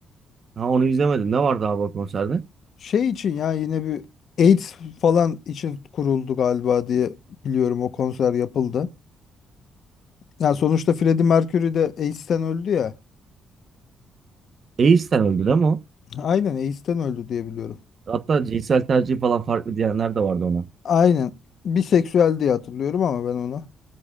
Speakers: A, on the right; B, on the left.
A: ha onu izlemedim. Ne vardı abi o konserde?
B: Şey için ya yine bir AIDS falan için kuruldu galiba diye biliyorum o konser yapıldı. Yani sonuçta Freddie Mercury de AIDS'ten öldü ya.
A: Ace'ten öldü değil mi o?
B: Aynen AIDS'ten öldü diye biliyorum.
A: Hatta cinsel tercih falan farklı diyenler de vardı ona.
B: Aynen. Biseksüel diye hatırlıyorum ama ben onu.